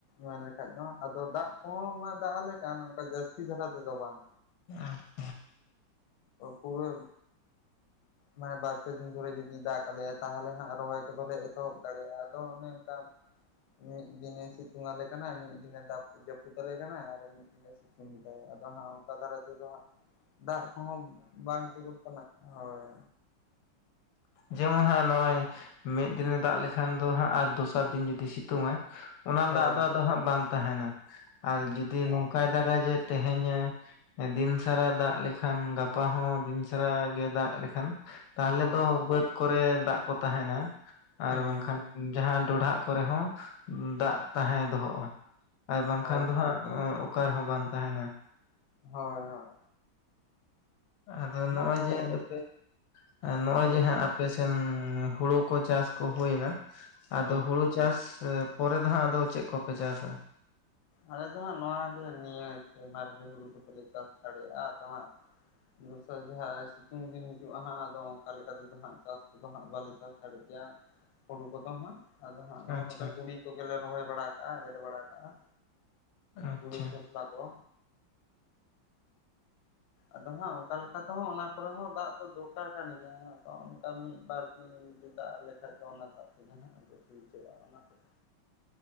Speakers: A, on the left; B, on the left.
A: ᱢᱮᱱ ᱞᱮᱠᱷᱟᱡ ᱫᱚ ᱟᱫᱚ ᱫᱟᱜ ᱠᱚᱦᱚᱸ ᱢᱟ ᱫᱟᱜ ᱟᱞᱮ ᱠᱟᱱ ᱚᱱᱠᱟ ᱡᱟᱹᱥᱛᱤ ᱫᱷᱟᱨᱟ ᱛᱮᱫᱚ ᱵᱟᱝ᱾
B: ᱟᱪᱪᱷᱟ
A: ᱯᱩᱨᱟᱹ ᱢᱟᱱᱮ ᱵᱟᱨ ᱯᱮ ᱫᱤᱱ ᱫᱷᱚᱨᱮ ᱡᱩᱫᱤ ᱫᱟᱜ ᱟᱞᱮᱭᱟ, ᱛᱟᱦᱚᱞᱮ ᱦᱟᱸᱜ ᱨᱚᱦᱚᱭ ᱠᱚᱫᱚᱞᱮ ᱮᱛᱚᱦᱚᱵ ᱫᱟᱲᱮᱭᱟᱜ ᱟᱫᱚ ᱚᱱᱮ ᱚᱱᱠᱟ ᱢᱤᱫ ᱫᱤᱱᱮ ᱥᱤᱛᱩᱝ ᱟᱞᱮ ᱠᱟᱱᱟᱭ, ᱢᱤᱫ ᱫᱤᱱᱮ ᱫᱟᱵ ᱡᱟᱹᱯᱩᱫ ᱟᱞᱮ ᱠᱟᱱᱟᱭ ᱟᱨᱦᱚᱸ ᱢᱤᱫ ᱫᱤᱱᱮ ᱥᱤᱛᱩᱝ ᱮᱫᱟᱭ ᱟᱫᱚ ᱦᱟᱸᱜ ᱚᱱᱠᱟ ᱫᱷᱟᱨᱟ ᱛᱮᱫᱚ ᱦᱟᱸᱜ ᱫᱟᱜ ᱦᱚᱸ ᱵᱟᱝ ᱴᱷᱤᱠᱩᱜ ᱠᱟᱱᱟ, ᱦᱳᱭ
B: ᱡᱮᱢᱚᱱ ᱦᱟᱸ ᱱᱚᱜᱼᱚᱭ ᱢᱤᱫ ᱫᱤᱱᱮ ᱫᱟᱜ ᱞᱮᱠᱷᱟᱱ ᱫᱚ ᱦᱟᱸᱜ ᱟᱨ ᱫᱚᱥᱟᱨ ᱫᱤᱱ ᱡᱩᱫᱤ ᱥᱤᱛᱩᱝ ᱟᱭ ᱚᱱᱟ
A: ᱦᱳᱭ
B: ᱫᱟᱜ ᱫᱚ
A: ᱦᱮᱸ
B: ᱟᱫᱚ ᱦᱟᱸᱜ ᱵᱟᱝ ᱛᱟᱦᱮᱱᱟ ᱟᱨ ᱡᱩᱫᱤ ᱱᱚᱝᱠᱟᱭ ᱫᱟᱜᱟ ᱡᱮ ᱛᱮᱦᱮᱧ ᱮ ᱫᱤᱱ ᱥᱟᱨᱟ ᱫᱟᱜ ᱞᱮᱠᱷᱟᱱ, ᱜᱟᱯᱟ ᱦᱚᱸ ᱫᱤᱱ ᱥᱟᱨᱟ ᱜᱮ ᱫᱟᱜ ᱞᱮᱠᱷᱟᱱ ᱛᱟᱦᱚᱞᱮ
A: ᱦᱳᱭ
B: ᱫᱚ
A: ᱦᱳᱭ
B: ᱵᱟᱹᱫᱽ ᱠᱚᱨᱮ ᱫᱟᱜ ᱠᱚ ᱛᱟᱦᱮᱱᱟ ᱟᱨ
A: ᱦᱩᱸ
B: ᱵᱟᱝᱠᱷᱟᱱ ᱡᱟᱦᱟᱸ ᱰᱚᱰᱷᱟᱜ ᱠᱚᱨᱮ ᱦᱚᱸ ᱫᱟᱜ ᱛᱟᱦᱮᱸ ᱫᱚᱦᱚᱜᱼᱟ ᱟᱨ ᱵᱟᱝᱠᱷᱟᱱ
A: ᱦᱳᱭ
B: ᱫᱚ ᱦᱟᱸ ᱚ ᱚᱠᱟ ᱨᱮᱦᱚᱸ ᱵᱟᱝ ᱛᱟᱦᱮᱱᱟ᱾
A: ᱦᱳᱭ ᱦᱳᱭ
B: ᱟᱫᱚ ᱱᱚᱜᱼᱚᱭ
A: ᱦᱟᱸᱜ ᱱᱚᱜᱼᱚ
B: ᱡᱮ ᱟᱯᱮ ᱱᱚᱜᱼᱚᱭ
A: ᱦᱳᱭ
B: ᱡᱮ
A: ᱞᱟᱹᱜᱤᱫ
B: ᱦᱟᱸᱜ ᱟᱯᱮ ᱥᱮᱫ ᱦᱩᱸ ᱦᱩᱲᱩ ᱠᱚ ᱪᱟᱥ ᱠᱚ ᱦᱩᱭᱱᱟ ᱟᱫᱚ
A: ᱦᱮᱸ
B: ᱦᱩᱲᱩ ᱪᱟᱥ ᱯᱚᱨᱮ ᱫᱚ ᱦᱟᱸᱜ ᱟᱫᱚ ᱪᱮᱫ ᱠᱚᱯᱮ ᱪᱟᱥᱟ?
A: ᱟᱞᱮ ᱫᱚ ᱦᱟᱸᱜ ᱱᱚᱣᱟ ᱜᱮ ᱱᱤᱭᱟᱹ ᱥᱮᱨᱢᱟ ᱨᱮᱜᱮ ᱦᱩᱲᱩ ᱠᱚᱫᱚᱞᱮ ᱪᱟᱥ ᱫᱟᱲᱮᱭᱟᱜᱼᱟ, ᱟᱫᱚ ᱦᱟᱸᱜ ᱫᱚᱥᱟᱨ ᱡᱟᱦᱟᱸ ᱥᱤᱛᱩᱝ ᱫᱤᱱ ᱦᱤᱡᱩᱜᱼᱟ ᱦᱟᱸᱜ ᱟᱫᱚ ᱚᱱᱠᱟ ᱞᱮᱠᱟ ᱛᱮᱫᱚ ᱦᱟᱸᱜ ᱪᱟᱥ ᱟᱫᱚ ᱦᱟᱸᱜ ᱵᱟᱞᱮ ᱪᱟᱥ ᱫᱟᱲᱮᱜ ᱜᱮᱭᱟ ᱦᱩᱲᱩ ᱠᱚᱫᱚ ᱦᱟᱸᱜ ᱟᱫᱚ ᱦᱟᱸᱜ ᱱᱚᱜᱼᱚᱭ
B: ᱟᱪᱪᱷᱟ
A: ᱱᱚᱝᱠᱟ ᱛᱩᱲᱤ ᱠᱚᱜᱮᱞᱮ ᱨᱚᱦᱚᱭ ᱵᱟᱲᱟ ᱟᱠᱟᱜᱼᱟ ᱮᱨ ᱵᱟᱲᱟ ᱠᱟᱜᱼᱟ
B: ᱟᱪᱪᱷᱟ
A: ᱛᱩᱲᱤ ᱠᱷᱚᱥᱞᱟ ᱠᱚ ᱟᱫᱚ ᱦᱟᱸᱜ ᱚᱱᱠᱟ ᱞᱮᱠᱟ ᱛᱮᱦᱚᱸ ᱚᱱᱟ ᱠᱚᱨᱮ ᱦᱚᱸ ᱫᱟᱜ ᱫᱚ ᱫᱚᱨᱠᱟᱨ ᱠᱟᱱ ᱜᱮᱭᱟ, ᱟᱫᱚ ᱚᱱᱠᱟ ᱢᱤᱫ ᱵᱟᱨ ᱫᱤᱱ ᱫᱤᱱ ᱫᱟᱜ ᱟᱞᱮ ᱠᱷᱟᱡ ᱫᱚ ᱚᱱᱟ ᱫᱟᱜ ᱛᱮᱜᱮ ᱦᱟᱸᱜ ᱵᱷᱤᱡᱟᱹᱜᱼᱟ ᱚᱱᱟ ᱠᱚᱫᱚ